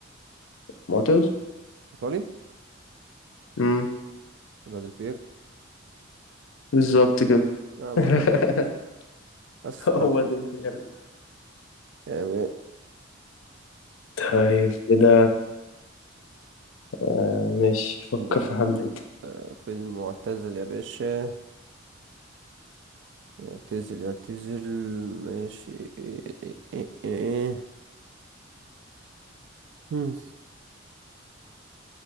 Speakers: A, on the left; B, on the right.
A: معتز
B: ايطالي
A: امم
B: يبقى ديل بيرو
A: بالظبط كده
B: انا بقول
A: <laughs>
B: لك آه، بس
A: <laughs>
B: على
A: هو
B: طول
A: ده الفيلم
B: يعني
A: طيب كده آه، ماشي فكر
B: نديك
A: في حد انت.
B: في المعتزل يا باشا يعتزل يعتزل ماشي إيه إيه إيه إيه. مم.